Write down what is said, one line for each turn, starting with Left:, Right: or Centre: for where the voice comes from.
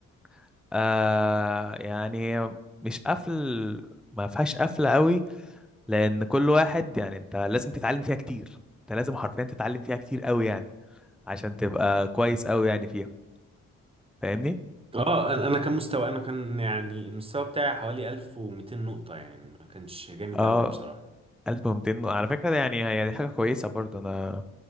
Centre: <laughs> آه يعني هي مش قفل ما فيهاش قفله قوي لان كل واحد يعني انت لازم تتعلم فيها كتير انت لازم حرفيا تتعلم فيها كتير قوي يعني عشان تبقى كويس قوي يعني فيها فاهمني
Right: اه انا أنا كان مستوى انا كان يعني المستوى بتاعي حوالي 1200 نقطة يعني ما كانش جامد
Centre: اه
Right: قوي بصراحة
Centre: 1200 على فكرة ده يعني هي دي حاجة كويسة برضه أنا